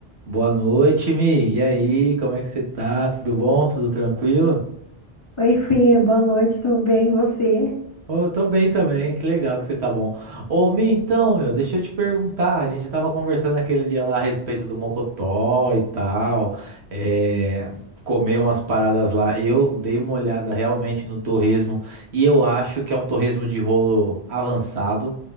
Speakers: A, on the right; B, on the left.
A: Boa noite, Mi. E aí, como é que você tá? Tudo bom? Tudo tranquilo?
B: Oi, Fê, boa noite, tudo bem? E Você?
A: Ô, tô bem também, que legal que você tá bom. Ô, Mi, então, meu, deixa eu te perguntar, a gente tava conversando aquele dia lá a respeito do Mocotó e tal, é, comer umas paradas lá. Eu dei uma olhada realmente no torresmo e eu acho que é um torresmo de rolo avançado,